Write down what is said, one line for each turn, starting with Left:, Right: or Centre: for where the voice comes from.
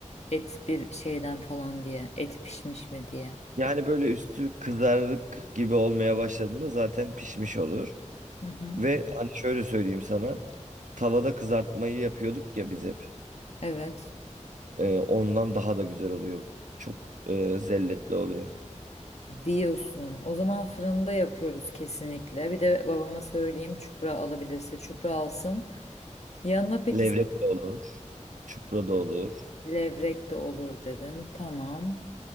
Left: Et bir şeyden falan diye. Et pişmiş mi diye.
Right: Yani böyle üstü kızarık gibi olmaya başladığında zaten pişmiş olur.
Left: Hı hı.
Right: Ve hani şöyle söyleyeyim sana. Tavada kızartmayı yapıyorduk ya biz hep.
Left: Evet.
Right: Ee, ondan daha da güzel oluyor. Çok e, zelletli oluyor.
Left: Diyorsun. O zaman fırında yapıyoruz kesinlikle. Bir de babama söyleyeyim çupra alabilirse çupra alsın. Yanına peki
Right: Levrek de olur. Çupra da olur.
Left: levrek de olur dedin. Tamam.